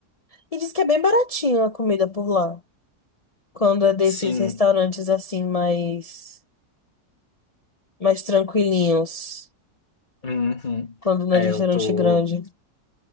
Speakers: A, on the left (about 50°); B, on the left (about 30°).
A: E diz que é bem baratinha a comida por lá. Quando é desses
B: Sim.
A: restaurantes assim mais mais tranquilinhos,
B: Uhum.
A: quando não
B: É,
A: é de restaurante
B: eu tô,
A: grande.